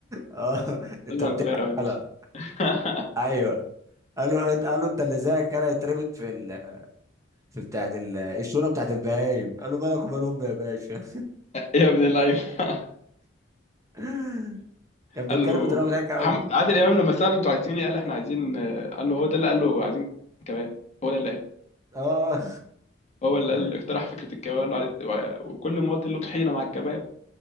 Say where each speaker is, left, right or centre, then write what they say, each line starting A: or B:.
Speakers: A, on the right; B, on the left.
A: اه انت
B: قال له
A: بتعمل
B: انا صغير قوي يا باشا <laughs>
A: ايوه قالوا انت قالوا انت اللي زيك كده يتربط في ال... في بتاعه ال... الشونه بتاعه البهايم قالوا مالك ومال امي يا باشا
B: يا ابن اللعيبه <laughs>
A: <laughs> كان بيتكلم
B: قال له
A: بطريقه مضحكه قوي
B: محمد- عادل امام لما ساله انتوا عايزين ايه قال احنا عايزين قال له هو ده اللي قال له عايزين كباب هو ده اللي قال
A: اه
B: هو اللي
A: <laughs>
B: قال- اقترح فكره الكباب قال له عايز- وع- وكل مواطن له طحينه مع الكباب